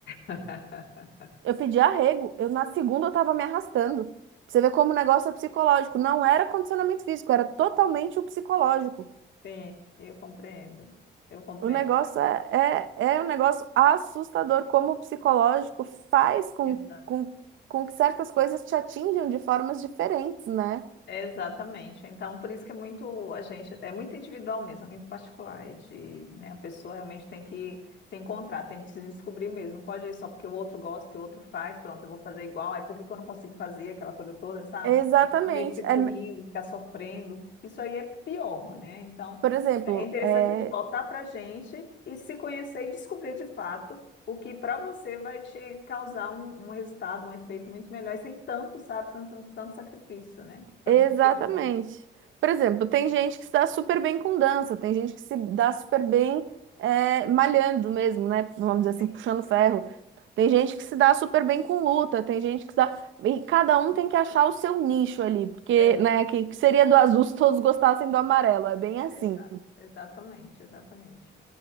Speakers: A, on the left; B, on the right.
A: <laughs>
B: Eu pedi arrego, eu na segunda eu tava me arrastando. Pra Você vê como o negócio é psicológico. Não era condicionamento físico, era totalmente o psicológico.
A: Sim, eu compreendo. Eu compreendo.
B: O negócio é, é, é um negócio assustador, como o psicológico faz com,
A: Exa-
B: com, com que certas coisas te atinjam de formas diferentes, né?
A: Exatamente. Então, por isso que é muito, a gente, é muito individual mesmo, é muito particular. É de, né, a pessoa realmente tem que se encontrar, tem que se descobrir mesmo. Não pode ir só porque o outro gosta, que o outro faz, pronto, eu vou fazer igual, aí por que que eu não consigo fazer aquela coisa toda, sabe?
B: Exatamente.
A: E ficar meio que se
B: É,
A: punindo, ficar sofrendo. Isso aí é pior, né? Então,
B: por exemplo,
A: é interessante
B: é,
A: a gente voltar para a gente e se conhecer e descobrir de fato o que para você vai te causar um, um resultado, um efeito muito melhor, e sem tanto, sabe, sem tanto, tanto sacrifício, né? Tanto
B: Exatamente.
A: sofrimento.
B: Por exemplo, tem gente que se dá super bem com dança, tem gente que se dá super bem é, malhando mesmo, né? Vamos dizer assim,
A: Sim.
B: puxando ferro. Tem gente que se dá super bem com luta, tem gente que se dá. E cada um tem que achar o seu nicho ali, porque,
A: Exa-
B: né, que que seria do azul <laughs> se todos gostassem do amarelo, é bem assim.
A: exa- exatamente, exatamente.